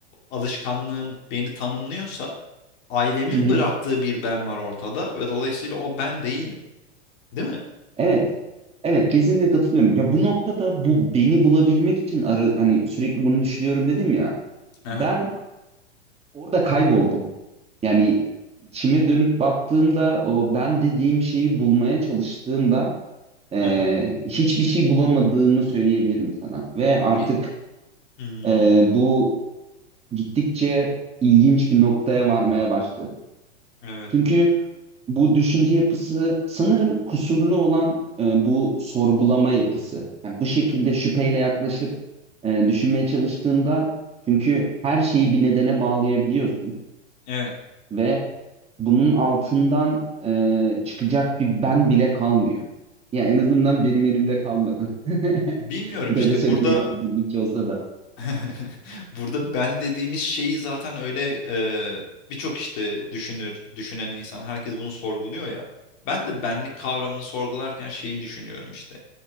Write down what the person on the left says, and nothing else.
alışkanlığım beni tanımlıyorsa ailemin
bıraktığı bir ben var ortada ve dolayısıyla o ben değilim. Değil mi?
Aha,
aha.
Ye- Hmm,
evet.
Hı.
Evet.
Bilmiyorum
işte
burada
<laughs> Burada ben dediğimiz şeyi zaten öyle e, birçok işte düşünür, düşünen insan herkes bunu sorguluyor ya. Ben de benlik kavramını sorgularken şeyi düşünüyorum işte.